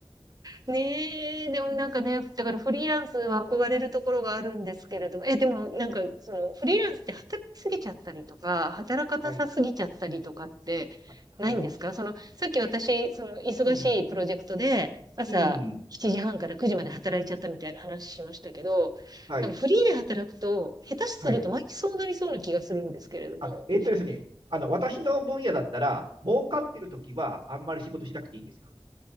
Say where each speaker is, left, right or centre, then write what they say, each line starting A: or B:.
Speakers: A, on the right (about 40°); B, on the right (about 65°).
A: ねえ、でもなんかね、
B: うん。
A: だからフリーランスは憧れるところがあるんですけれども、え、でもなんかそのフリーランスって働きすぎちゃったりとか、働かなさすぎちゃったりとかってないんですかその、
B: <laughs> はい。は、はい。
A: さっき私、
B: え、
A: その忙しいプロジェクトで朝7時半から9時まで働いちゃったみたいな話しましたけど、
B: うん。うん。はい。
A: なんかフリーで働くと、下手すると毎日そうなりそうな気がするんですけれども。
B: はい。あ、えっとですね。あの、私の分野だったら、儲かってるときは、あんまり仕事しなくていいんですよ。